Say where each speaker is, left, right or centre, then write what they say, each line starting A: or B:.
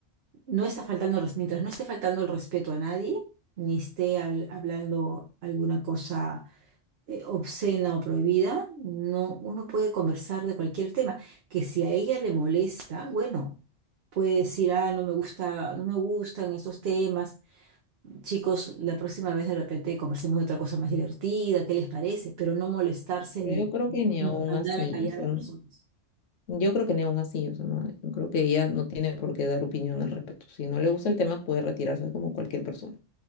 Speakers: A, on the right (about 60°); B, on the left (about 75°).
A: no está faltando, res- mientras no esté faltando el respeto a nadie, ni esté habl- hablando alguna cosa eh, obscena o prohibida, no, uno puede conversar de cualquier tema. Que si a ella le molesta, bueno, puede decir, ah, no me gusta, no me gustan estos temas Chicos, la próxima vez de repente conversemos de otra cosa más divertida, ¿qué les parece? Pero no molestarse
B: Pero
A: ni,
B: yo creo que ni
A: ni
B: aún
A: mandar
B: así,
A: a callar
B: o sea,
A: a las
B: no-
A: personas.
B: yo creo que ni aún así, o sea, no, yo creo que ella no tiene por qué dar opinión al respecto. Si no le gusta el tema, puede retirarse como cualquier persona.